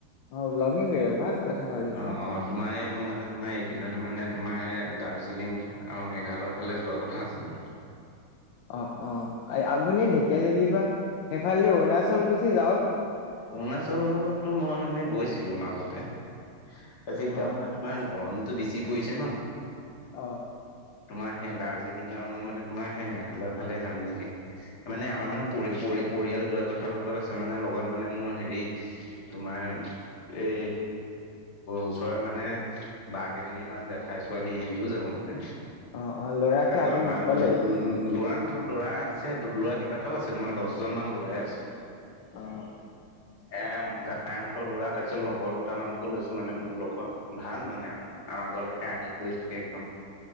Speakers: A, on the left; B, on the left.
A: অ', ব্ললগিং ভাল কথা ভাবিছে
B: অ তোমাৰ এই মোৰ মানে তোমাৰ এইকেই দিনতে মানে তোমাৰ দাৰ্জিলিং আৰু মেঘালয়ৰ ফালে যোৱা কথা আছিল
A: অ', অ', আপুনি ঢেকীয়াজুলিৰ পৰা সেইফালে অৰুণাচল গুচি যাওক
B: অৰুণাচলতো মই মানে গৈছিলো মাজতে তাৰপিছত এতিয়া
A: অ'
B: মানে তোমাৰ গৰমটো বেছি পৰিছে ন
A: অ'
B: তোমাৰ সেই দাৰ্জিলিং আৰু মই মানে তোমাৰ সেই মেঘালয়ৰ ফালে যাম নেকি মানে
A: অ'
B: আমাৰ মানে
A: অ'
B: পৰি পৰি পৰিয়াল যোৱাৰ কথা লগত আছে মানে লগত মানে মোৰ হেৰি তোমাৰ এই ওচৰৰ মানে বা কেইজনীমান জেঠাই ছোৱালী ইহঁতিও যাব মানে
A: অ' অ' ল'ৰাকী
B: আকৌ
A: আপুনি
B: আমাৰ
A: অকলেই?
B: ল'ৰা নহয় ল'ৰা আছে ল'ৰা কেইবাটাও আছে তোমাৰ দহজন মান ল'ৰাই আছে
A: অ'
B: এ জাঠাইহতৰ ল'ৰা তাৰপিছত লগৰ দুটা মানকো লৈছো মানে মোৰ লগৰ ভাল মানে আৰু আমাৰ ঘৰলৈকে আহি গৈ থাকে একদম